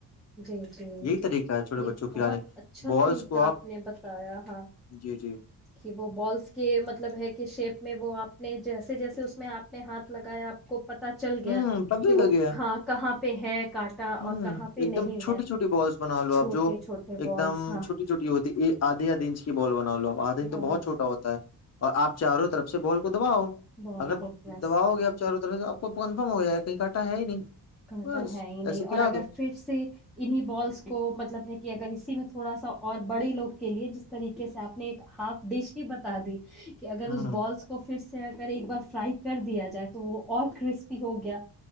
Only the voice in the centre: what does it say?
جی جی
یہ
بہت اچھا
طریقہ
آپ نے بتایا ہے
کہ وہ بالس کے مطلب ہے کہ شیپ میں وہ آپ نے جیسے جیسے اس میں آپ نے ہاتھ لگایا آپ کو پت چل گیا
کہ وہ
ہاں کہاں پہ کانٹا
اور کہاں پہ
نہیں
ہے
چھوٹے
چھوٹے
بالس
ہاں
بالس
بال
کو پریس
کر
کے
کہتا
ہے ہی نہیں
<unintelligible>
اور اگر
پھر سے انہیں بالس کو مطلب ہے کہ اگر <unintelligible> اسی میں تھوڑا سا اور بڑے لوگ کے لیے جس طریقے سے آپ نے ایک ہاف ڈش ہی بتا دی <unintelligible> کہ اگر
اس بالس کو پھر کر ایک بار فرائی کر دیا جائے تو وہ اور کرسپی ہو گیا